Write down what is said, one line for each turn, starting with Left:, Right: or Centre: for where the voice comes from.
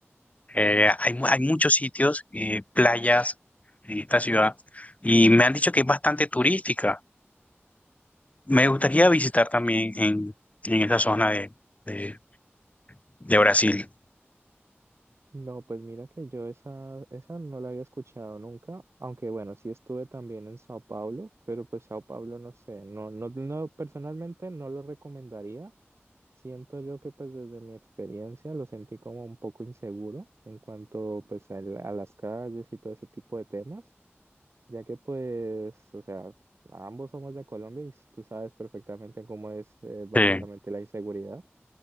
Left: Eh, hay, mu- hay muchos sitios, eh, playas en esta ciudad y me han dicho que es bastante turística. Me gustaría visitar también en, en esa zona de, de, de Brasil.
Right: No, pues mira que yo esa, esa no la había escuchado nunca, aunque bueno, sí estuve también en Sao Paulo, pero pues Sao Paulo no sé, no, no, no, personalmente no lo recomendaría. Siento yo que pues desde mi experiencia lo sentí como un poco inseguro en cuanto pues a, la- a las calles y todo ese tipo de temas, ya que pues, o sea, ambos somos de Colombia y tú sabes perfectamente cómo es eh, básicamente
Left: Sí,
Right: la inseguridad.